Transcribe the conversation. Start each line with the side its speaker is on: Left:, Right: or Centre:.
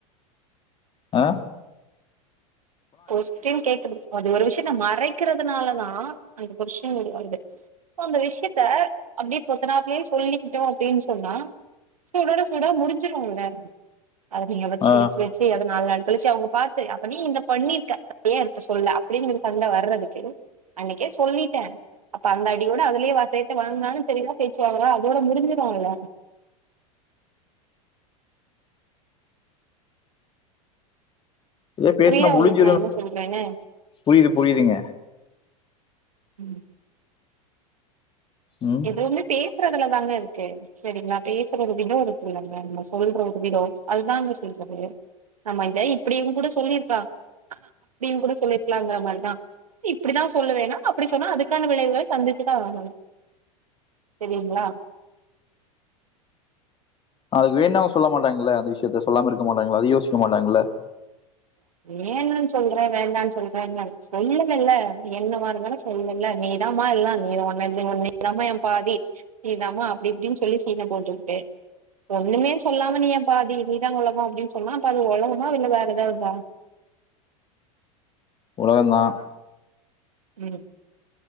Left: ஆஹ
Right: கொஷ்டின் கேக்கறது அது ஒரு விஷய இந்த மறைக்கிறதுனாலதான் அந்த கொஸ்டின் உருவாகுது அந்த விஷயத்த அப்படியே பொத்தனாப்பயே சொல்லிக்கிட்டோம் அப்டின்னு சொன்னா சூடோட சூட முடிஞ்சிரும்ல அதை நீங்க வச்சு
Left: ஆ,
Right: வச்சு வச்சு அது நாள் நாலு கழிச்சு அவங்க பார்த்து அப்ப நீ இந்த பண்ணிருக்ககேன் விவரத்த சொல்ல அப்படின்னு சண்டை வர்றதுக்கு அன்னைக்கே சொல்லிட்டேன் அப்ப அந்த அடியோட அதுலயே சேத்து வாங்கினான்னு தெரியதா பேச்சுவாங்களா அதோட முடிஞ்சுருவாங்க
Left: இதே பேசனா
Right: புரியுதா
Left: முடிஞ்சிரும்
Right: உங்களுக்கு நான் என்ன சொல்றேன்னு
Left: புரியுது புரியுதுங்க
Right: உம்
Left: ம்
Right: எது வந்து பேசு அதுலதாங்க இருக்கு சரிங்களா பேசுற ஒரு விதம் அதுக்குல்ல நம்ம சொல்ற ஒரு விதம் அதுதாங்க சொல்றது நம்ம இத இப்படியும் கூட சொல்லிருக்கலாம் அப்படனு கூட சொல்லிருக்கலாம் மாதிரிதான் இப்படிதான் சொல்லுவணா அப்படி சொன்னா அதுக்கான விளைவுகளை சந்திச்சுதான் ஆகனும் செரிங்களா
Left: அதுக்கு வேணாம சொல்ல மாட்டாங்கள்அல்ல அந்த விஷயத்த சொல்லாம இருக்க மாட்டாங்களா அது யோசிக்க மாட்டாங்கள
Right: வேணும் சொல்ற வேண்டாம்னு சொல்றேன் சொல்லுல்லுலநீ என்ன இருந்தாலும் சொல்லல நீதாம்ம எல்லாம் நீதான் இல்லலாம என் பாதி நீதாம்மா அப்படி இப்படின்னு சொல்லி சீன்னா போட்டு ஒண்ணு சொல்லாம நீ என் பாதி நீதான் உலகம் அப்படின்னு சொன்னாம் அப்ப அது உலகமா இல்லலை வேற ஏதாவது ஆ
Left: உலகந்தான்
Right: உம்